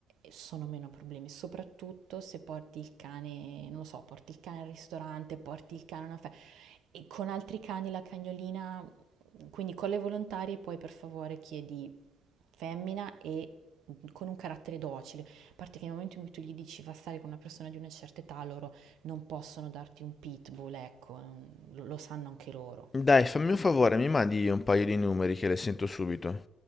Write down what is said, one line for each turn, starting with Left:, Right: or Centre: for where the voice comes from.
Right: sono meno problemi, soprattutto se porti il cane, non lo so, porti il cane al ristorante, porti il cane a una festa, e con altri cani la cagnolina, quindi con le volontarie poi per favore chiedi femmina e con un carattere docile, a parte che nel momento in cui tu gli dici va a stare con una persona di una certa età, loro non possono darti un pitbull, ecco, lo sanno anche loro.
Left: Dai, fammi un favore, mi mandi un paio di numeri che le sento subito.